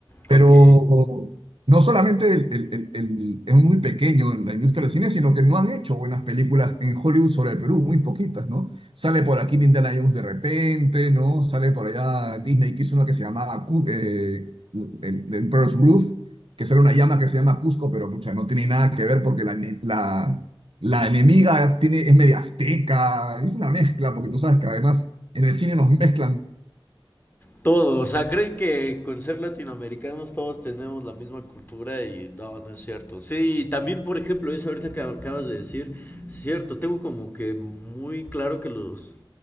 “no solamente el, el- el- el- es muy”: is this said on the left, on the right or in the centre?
Right